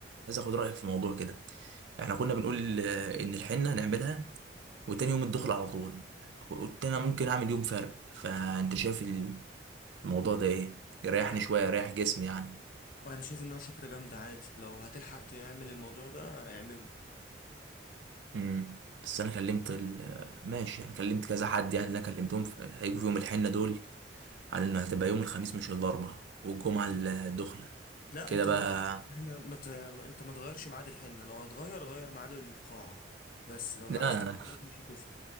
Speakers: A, on the right (about 65°); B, on the left (about 45°).
A: عايز اخد رايك في موضوع كده احنا كنا بنقول آه، ان الحنه هنعملها وتاني يوم الدخل على طول قلت انا ممكن اعمل يوم فرق فانت شايف الموضوع ده ايه يريحني
B: انا
A: شويه يريح جسمي يعني
B: أنا شايف انها فكره جامده عادي لو هتلحق تعمل الموضوع ده اعمله
A: امم بس انا كلمت ال- ماشي انا كلمت كذا حد يعني اللي انا كلمتهم في- هيجوا في يوم الحنه دول على انه هتبقى يوم الخميس مش الاربعاء والجمعه الدخله
B: لا
A: كده
B: انت
A: بقى
B: احنا ما ت... ما- انت ما تغيرش ميعاد الحنه لو هتغير غير ميعاد القاعه بس لو ما
A: لا
B: عرفتش مش هتفرق